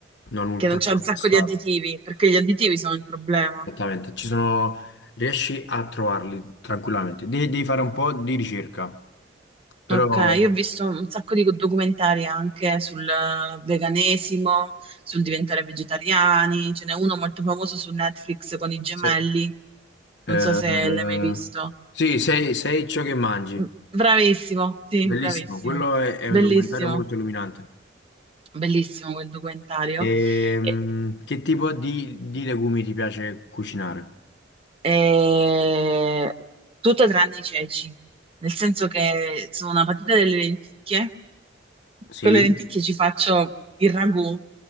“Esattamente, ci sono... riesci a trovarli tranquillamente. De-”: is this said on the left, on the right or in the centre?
Left